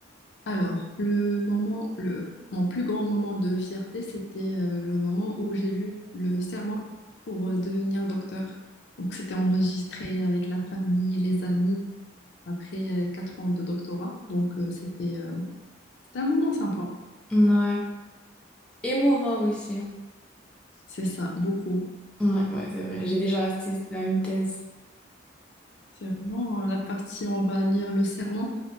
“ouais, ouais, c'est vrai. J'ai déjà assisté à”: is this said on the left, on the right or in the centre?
Centre